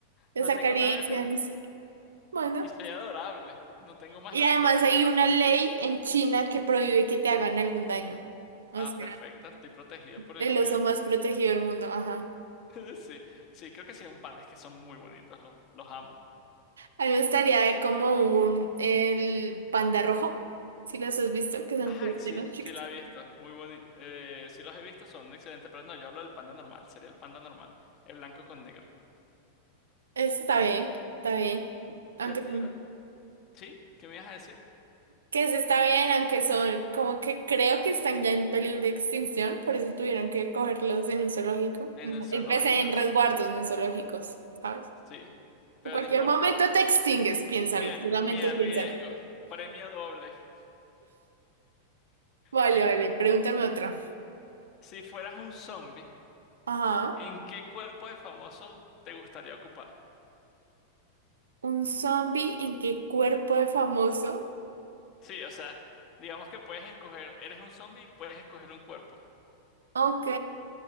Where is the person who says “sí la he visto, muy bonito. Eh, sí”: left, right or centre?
Left